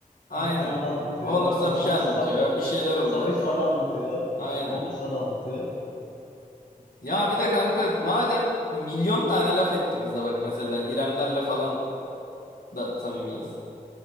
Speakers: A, on the left (about 80°); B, on the left (about 60°).
A: aynen.
B: Hatice onu anlatıyor.
A: Onur Sabiş'e
B: A- Sonra
A: anlatıyor.
B: Sa-
A: Bir şeyler oluyor.
B: Sabiş
A: Sonra
B: sana anlatıyor.
A: Aynen.
B: Onur sana anlatıyor.
A: Ya bir de kanka madem milyon tane laf etti kıza bak mesela İremlerle falan da samimiyiz.